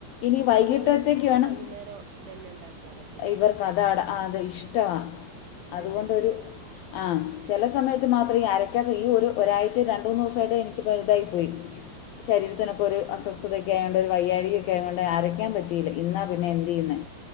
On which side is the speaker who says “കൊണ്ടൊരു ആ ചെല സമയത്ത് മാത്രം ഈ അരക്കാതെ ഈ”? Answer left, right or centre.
Left